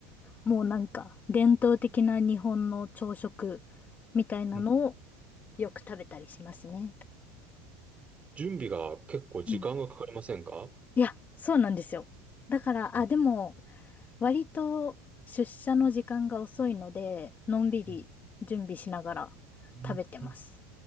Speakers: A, on the left; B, on the right.
A: もうなんか伝統的な日本の朝食みたいなのを
B: うん
A: よく食べたりしますね。
B: 準備が結構時間がかかりませんか
A: うん。いや、そうなんですよ。だから、
B: うん
A: あ、でも、割と出社の時間が遅いので、のんびり準備しながら
B: うんうんうん
A: 食べてます。